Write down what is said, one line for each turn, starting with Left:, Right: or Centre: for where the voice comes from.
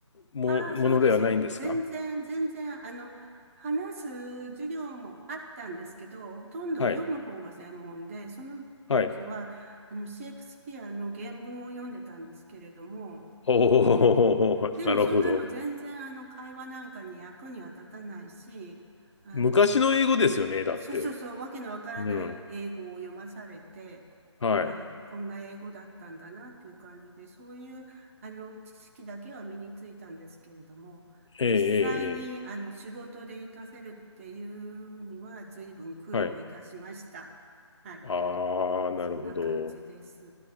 Left: も、
Right: ああ、
Left: ものではないんですか
Right: そうですよ。全然、全然、あの、話す授業もあったんですけど、ほとんど読む方が専門で、
Left: はい
Right: その時は、
Left: はい。
Right: あの、シェイクスピアの原文を読んでたんですけれども、
Left: おーなるほど。
Right: でもそんなの全然、あの、会話なんかに役には立たないし、あの、
Left: 昔の英語ですよね、だって。
Right: そうそうそう、わけのわからない英語を読まされて、
Left: うん。はい。
Right: まあ、こんな英語だったんだなっていう感じで、そういう、あの、知識だけは身についたんですけれども、
Left: ええ、
Right: 実際に、
Left: ええ、
Right: あの、仕事で活かせるっていうには、随分苦労いたしました。
Left: ええはい。
Right: はい。
Left: ああ、なるほど。
Right: そんな感じです。